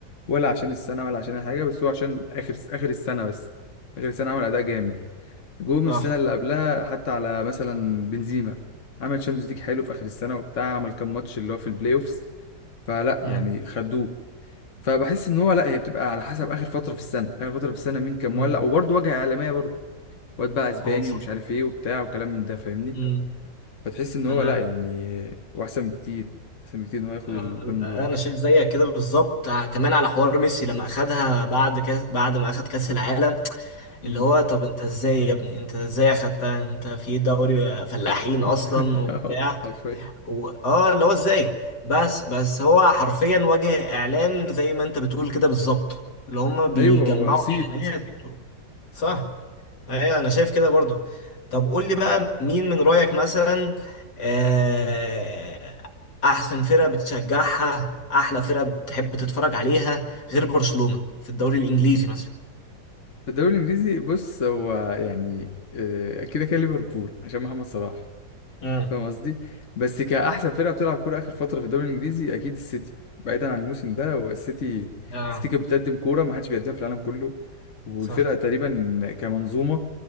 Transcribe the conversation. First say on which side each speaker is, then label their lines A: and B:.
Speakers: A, on the left; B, on the left.
A: ولا عشان السنه ولا عشان اي حاجه بس هو عشان اخر اخر السنه بس اخر السنه عمل اداء جامد جم
B: صح
A: السنه اللي قبلها حتى على مثلا بنزيما عمل شامبيونز ليج حلو في اخر السنه وبتاع عمل كام ماتش اللي هو في البلاي اوفس فلا
B: مم.
A: يعني خدوه فبحس ان هو لا هي بتبقى على حسب اخر فتره في السنه اخر فتره في السنه مين كان
B: مم.
A: مولع وبرضه واجهه اعلاميه برضه واد بقى اسباني
B: هو صح
A: ومش عارف ايه وبتاع وكلام من ده فاهمني
B: مم.
A: فتحس ان
B: انا
A: هو لا يعني هو احسن بكتير احسن بكتير ان هو ياخد
B: آه،
A: البالون دور يعني
B: انا شايف زيك كده بالظبط ع- كمان على حوار ميسي لما اخدها بعد كاس بعد ما اخد كاس العالم
A: امم
B: اللي هو طب انت ازاي يا ابني انت ازاي اخدتها انت في دوري فلاحين اصلا
A: <laughs>
B: وبتاع
A: آه، حرفيا
B: و... اه اللي هو ازاي بس بس هو حرفيا وجه اعلام زي ما انت بتقول كده بالظبط اللي هم بيجمعوا
A: ايوه هو صيت
B: اعلانات صح ايوه انا شايف كده برضو طب قول لي بقى مين من رأيك مثلا آه، احسن فرقة بتشجعها احلى فرقة بتحب تتفرج عليها غير برشلونة في الدوري الانجليزي مثلا
A: في الدوري الانجليزي بص هو يعني آه، كده كده ليفربول عشان محمد صلاح
B: امم
A: فاهم قصدي بس كأحسن فرقة بتلعب كورة آخر فترة في الدوري الإنجليزي أكيد السيتي بعيدا عن الموسم ده هو السيتي
B: اه
A: السيتي كانت بتقدم كورة ما حدش بيقدمها في العالم كله والفرقة
B: صح
A: تقريبا كمنظومة